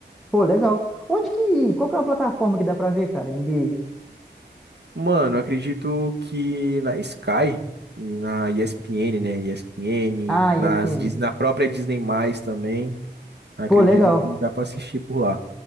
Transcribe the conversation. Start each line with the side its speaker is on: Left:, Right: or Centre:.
Centre: Pô, legal. Onde que. Qual que é a plataforma que dá pra ver, cara? NBA.
Right: Mano, eu acredito que na Sky e na ESPN, né? ESPN,
Centre: Ah,
Right: nas,
Centre: ESPN.
Right: Dis- na própria Disney+, também. Acredito
Centre: Pô, legal.
Right: que dá pra assistir por lá.